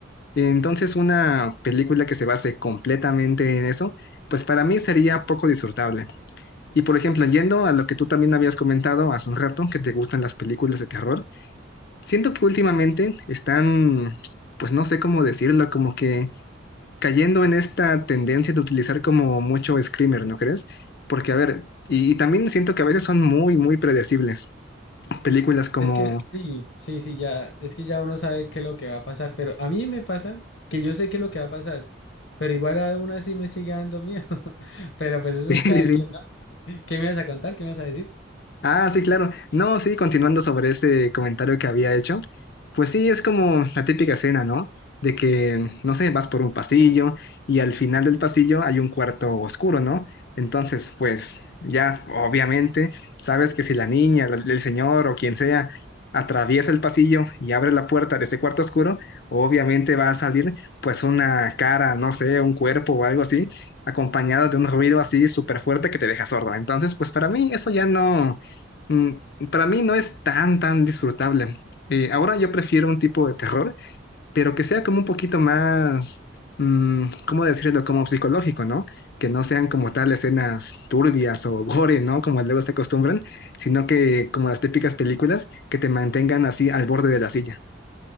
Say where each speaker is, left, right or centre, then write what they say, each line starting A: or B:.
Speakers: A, on the left; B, on the left.
A: entonces una película que se base completamente en eso, pues para mí sería poco disfrutable. Y por ejemplo, yendo a lo que tú también habías comentado hace un rato, que te gustan las películas de terror, siento que últimamente están, pues no sé cómo decirlo, como que cayendo en esta tendencia de utilizar como mucho screamer, ¿no crees? Porque, a ver, y, y también siento que a veces son muy, muy predecibles. Películas como,
B: Es que sí, sí, sí, ya, es que ya uno sabe qué es lo que va a pasar, pero a mí me pasa que yo sé qué es lo que va a pasar, pero igual aún así me sigue dando miedo, <laughs> pero
A: <laughs>
B: pues eso
A: sí,
B: es
A: sí,
B: cada
A: sí,
B: quien, ¿no? ¿Qué me vas a contar? ¿Qué me vas a decir?
A: Ah, sí, claro. No, sí, continuando sobre ese comentario que había hecho, pues sí, es como la típica escena, ¿no? De que, no sé, vas por un pasillo y al final del pasillo hay un cuarto oscuro, ¿no? Entonces, pues ya, obviamente, sabes que si la niña, la- el señor o quien sea atraviesa el pasillo y abre la puerta de ese cuarto oscuro, obviamente va a salir pues una cara, no sé, un cuerpo o algo así, acompañado de un ruido así súper fuerte que te deja sordo. Entonces, pues para mí eso ya no Mm, Para mí no es tan, tan disfrutable. Eh, ahora yo prefiero un tipo de terror, pero que sea como un poquito más, mm, ¿cómo decirlo? Como psicológico, ¿no? Que no sean como tal escenas turbias o gore, ¿no? Como luego se acostumbran, sino que como las típicas películas que te mantengan así al borde de la silla.